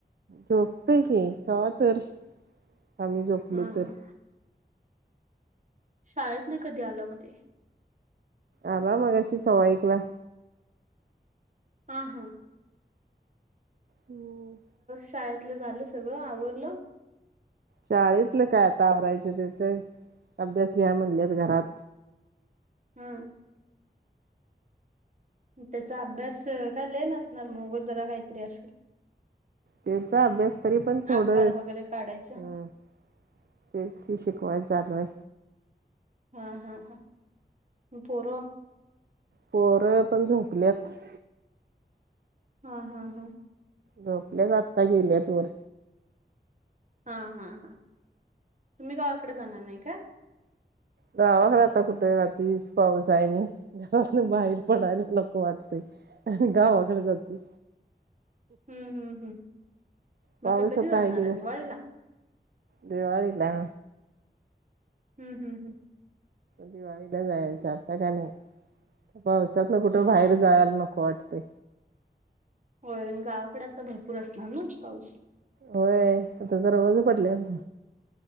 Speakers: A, on the right; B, on the right.
A: झोपते की का तर. आम्ही झोपलो
B: हा,
A: तर
B: शाळेत ना कधी आलं ते.
A: आला मगाशी सवा एकला.
B: ह हां...
A: हम्म...
B: शाळेतलाझालं सगळं आवरल.
A: शाळेतलं काय आता आवरायचं त्याच अभ्यास घ्या म्हणलेत घरात.
B: हम्म... त्याचा अभ्यास काय झाला असणार मगच जरा काहीतरी असेल.
A: त्याचा अभ्यास तरी पण थोड,
B: आकार
A: हम...
B: वगैरे काढायचं
A: तेचशिकवाय चाललय.
B: हा हा हा पोरं.
A: पोर पण झुपल्यात.
B: हा हा हा...
A: झोपल्या जातता गेल्याच वर.
B: हा हा हा तुम्ही गावाकडे जाणार नाही का.
A: गावाकडे आता कुठे रात्री तीच पाऊस आहे आणि गावातन बाहेर पडायला लक वाटतय आणि गावाकडे जाती.
B: हम्म हम्म हम्म मग
A: पाऊस
B: कधी
A: आता
B: जाणार
A: आहे कि नाही.
B: दिवाळीला
A: दिवाळीला.
B: हम् हम् हं...
A: दिवाळीला जायचं आता का नाही पावसात. कुठं
B: हम्म
A: बाहेर
B: हा
A: जायला नको वाटते.
B: होय गावाकडे आ तर भरपूर असणार ना पाऊस.
A: होय आता दरवाजे पडलेत.